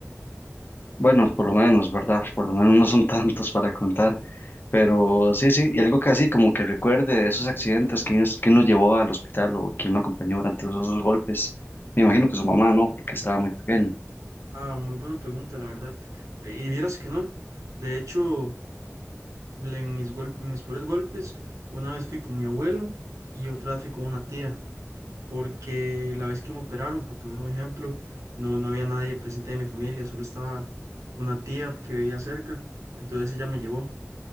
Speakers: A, on the left (about 40°); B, on the right (about 75°).
A: Bueno, por lo menos, ¿verdad? <laughs> Por lo menos no son tantos para contar. Pero sí, sí, y algo que así como que recuerde de esos accidentes, quién es, quién lo llevó al hospital o quién lo acompañó durante esos golpes. Me imagino que su mamá, ¿no? Porque estaba muy pequeño.
B: Ah, muy buena pregunta, la verdad. Y vieras que no. De hecho, le- en mis gol- mis peores golpes, una vez fui con mi abuelo y otra vez fui con una tía, porque la vez que me operaron, por poner un ejemplo, no, no había nadie presente de mi familia, solo estaba una tía que vivía cerca. Entonces ella me llevó.